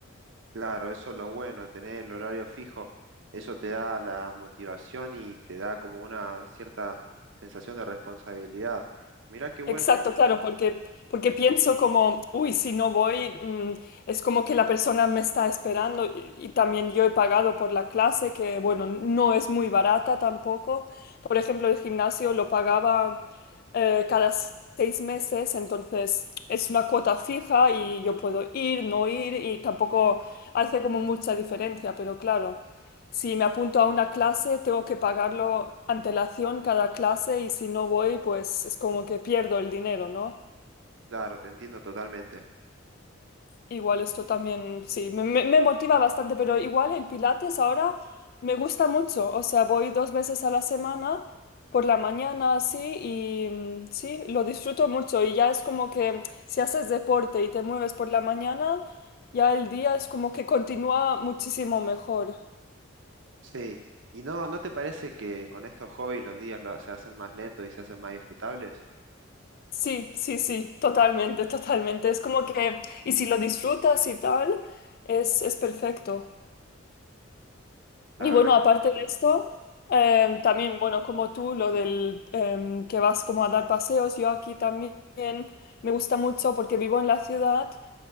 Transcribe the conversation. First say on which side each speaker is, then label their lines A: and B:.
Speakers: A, on the right; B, on the left.
A: Claro, eso es lo bueno, tener el horario fijo, eso te da la motivación y te da como una cierta sensación de responsabilidad. Mirá qué bueno,
B: Exacto, claro, porque, porque pienso como, uy, si no voy, mm, es como que la persona me está esperando y, y también yo he pagado por la clase, que bueno, no es muy barata tampoco. Por ejemplo, el gimnasio lo pagaba eh, cada s- seis meses, entonces es una cuota fija y yo puedo ir, no ir y tampoco hace como mucha diferencia, pero claro. Si me apunto a una clase, tengo que pagarlo antelación cada clase y si no voy, pues es como que pierdo el dinero, ¿no?
A: claro, te entiendo totalmente.
B: Igual esto también, sí, me, me- me motiva bastante, pero igual el Pilates ahora me gusta mucho. O sea, voy dos veces a la semana, por la mañana, sí, y mm, sí, lo disfruto mucho. Y ya es como que si haces deporte y te mueves por la mañana, ya el día es como que continúa muchísimo mejor.
A: Sí, ¿y no, no te parece que con estos hobbies los días lo- se hacen más lentos y se hacen más disfrutables?
B: Sí, sí, sí, totalmente, totalmente. Es como que, y si lo disfrutas y tal, es, es perfecto.
A: La
B: Y bueno,
A: verdad
B: aparte
A: que es
B: de esto, eh, también, bueno, como tú, lo del eh, que vas como a dar paseos, yo aquí también me gusta mucho porque vivo en la ciudad,